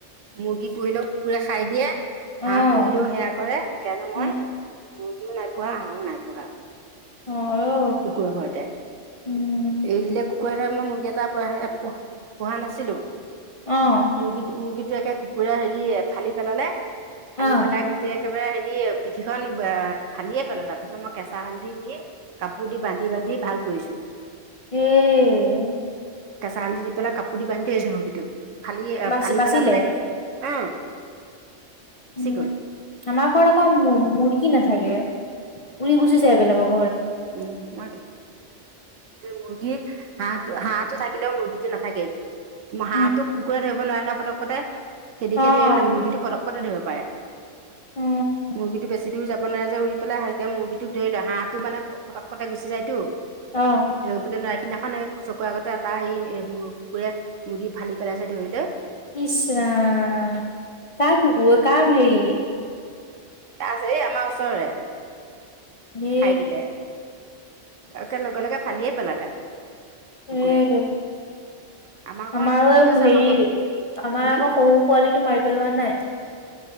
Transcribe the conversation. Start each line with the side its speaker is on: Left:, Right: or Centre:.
Right: মুৰ্গী পুহলেেও কুকুৰে খাই দিয়ে হাঁহ
Left: অ',
Right: পুহলেও সেয়া কৰে সকাৰণে মই
Left: উম,
Right: মুৰ্গীও নাইপঢোৱাা হাঁহো নাইপঢ়া
Left: অ
Right: কুকুুৰ ঘাৰতে
Left: উম,
Right: এৰি দিলে কুকুৰে ধৰে মই মুৰ্গী এটা প-পো-পোহা নাছিলোঁ।
Left: অ',
Right: মুৰ্গীটো-মুৰ্গীটো একে কুকুৰে হেৰি ফালি পেলালে, ফালি
Left: অ',
Right: পেলাই গোটেই একেবাৰে হেৰি পিঠিখন বে-ফালিয়ে পেলালে, তাছত মই কেঁচা হালধি দি কাপোৰ দি বান্ধি, বান্ধি ভাল কৰিছোঁ।
Left: ইয়ে
Right: কেঁচা হালধি দি পেলাই কাপোৰ দি বান্ধি থৈ আহছে সহকীটোক ফালি
Left: বাচি
Right: ফালি
Left: বাচিলে?
Right: পেলাই মানে <unintelligible>
Left: উম
Right: গ'ল
Left: আমাৰ ঘৰত আকৌ মুৰ্গী নাথাকে উৰি গুচি যায় বেলেগক
Right: উম, <unintelligible> মুৰ্গী, হাঁহটো-হাঁহটো থাকিলেও মুৰ্গীটো নাথাকেই, হাঁহটো,
Left: উম,
Right: কুকুৰে ধৰিব নোৱাৰে নহয়‌, পত পটককতে খেদি, খেদি
Left: অ',
Right: <unintelligible> মুৰ্গীটো পটককতে ধৰিব পাৰে।
Left: উম,
Right: মুৰ্গীটো বেছি দূৰ যাব নোৱাৰে যে, উৰি পেলাই <unintelligible> মুৰ্গীটোক ধৰি লয়, হাঁহটো মানে ফটককতে গুচি যায়তো,
Left: অ',
Right: ধৰিবলৈ নোৱা সিদিনাখন এই মোৰ চকুৰ আগতে এটা হেৰি এই কুকুৰে মুৰ্গী ফালি পেলাইছে ধৰি লৈ
Left: ইচৰাম, কাৰ কুকুৰ? কাৰ হেৰি?
Right: এ আছে এই আমাৰ ওচৰৰে
Left: নে
Right: খাই দিলে একে লগে, লগে ফালিয়ে পেলালে।
Left: এ
Right: কুকুৰে আমাৰ ঘৰৰ
Left: আমাৰো
Right: কুকুৰটো আছে
Left: হেৰি,
Right: আমাৰ ঘৰ
Left: আমাৰ
Right: হম
Left: আকৌ সৰু পোৱালিটো মাৰি পেলোৱা নাই।